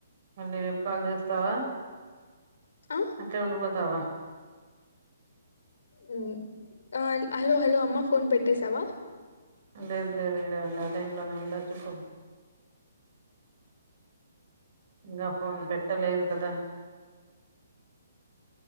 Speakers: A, on the right; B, on the left.
A: అళ్ లేపా లేస్ స్తవా
B: ఆ
A: అట్లే ఉండి పోతావా
B: మ్మ్ ఆ హలో హలో అమ్మ ఫోన్ పెట్టేసావా
A: లేదు లేదు ఇడే ఉండ లైన్లోనే ఉండ చెప్పు ఇంగా ఫోన్ పెట్టలేదు కదా